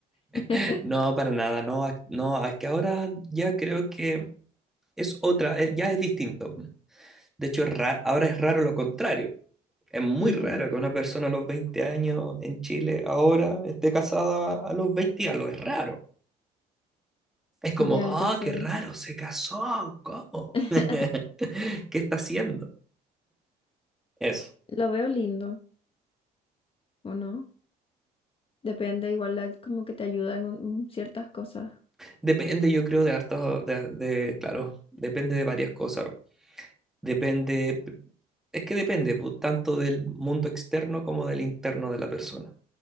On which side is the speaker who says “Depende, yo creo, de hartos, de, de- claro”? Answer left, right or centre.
Centre